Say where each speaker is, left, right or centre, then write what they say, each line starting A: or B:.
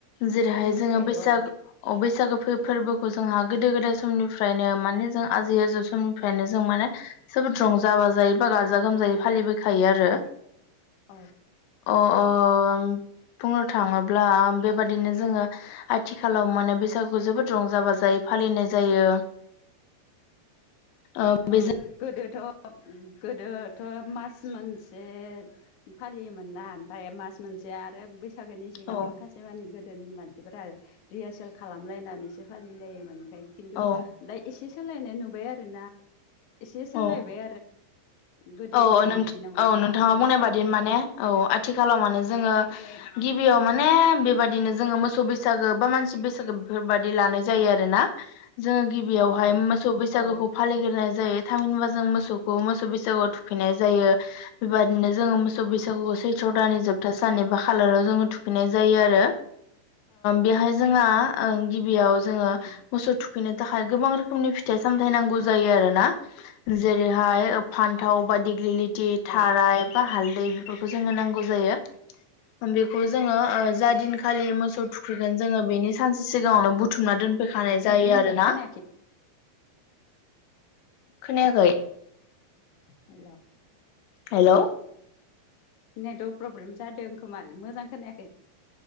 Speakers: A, on the left; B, on the left.
A: जेरैहाय
B: मिथिखायो
A: जोङो बैसागो अ बैसागो फोरबोखौ जोंहा गोदो गोदाय समनिफ्रायनो माने जों आजै आजौ समनिफ्रायनो जों माने जोबोद रंजा बाजायोबयबा गाजा गोमजायै फालिबोखायो आरो
B: औ
A: अ अ बुंनो थाङोब्ला बेबादिनो जोङो आथिखालाव माने बैसागुखौ जोबोद रंजाबा जायो फालिनाय जायो ओ बेजों
B: औ गोदोथ' उम गोदोथ' मास मोनसे फालियोमोन ना ओमफ्राय मास मोनसे आरो बैसागोनि सिगां
A: औ
B: माखासे मानि गोद गोदोनि मानसिफोरा रिहासोल खालामलायनानैसो फालिलायोमोन फ्राय खिन्थु
A: औ
B: दा एसे सोलायनाय नुबाय आरो ना एसे सोलायबाय
A: औ
B: गोदोनि
A: औ
B: बायदि बिदि नंला
A: औ
B: दा
A: नोंथाङा
B: आरो बैसागो
A: बुंनाय बादि माने औ आथिखालाव माने जोङो गिबियाव माने बेबादिनो जोङो मोसौ बैसागो बा मानसि बैसागो बेफोरबाददि लानाय जायो आरो ना जोङो गिबियावहाय
B: औ
A: मोसौ बैसागुखौ
B: औ
A: फालिग्रोनाय जायो थामहिनबा जों मोसौखौ मोसौ बैसागुआव थुखैनाय जायो बेबायदिनो जोङो मोसौ बैसागुखौ सैथ्र'
B: औ
A: दानानि जोबथा साननि बाह खालाराव जोङो थुखैनाय जायो आरो बेहाय जोंहा गिबियाव जोङो
B: उम
A: मोसौ थुखैनो थाखाय गोबां रोखोमनि फिथाइ सामथायाइ नांगौ जायो आरो ना जेरैहाय फान्थाव बा दिग्लिलिथि थाराय
B: औ
A: बा हालद बेफोरखौ जोङो नांगौ जायो बेखौ जोङो जा दिनखालि मोसौ थुखैगोन जोङो बेनि सानसे सिगाङावनो बुथुम बुथुमना दोनफैखानाय
B: मोजां
A: जायो आरोना
B: खोनायाखै
A: खोनायाखै
B: हेल'
A: हेल
B: नेतवर्क प्रब्लेम जादों खोमा मोजां खोनायाखै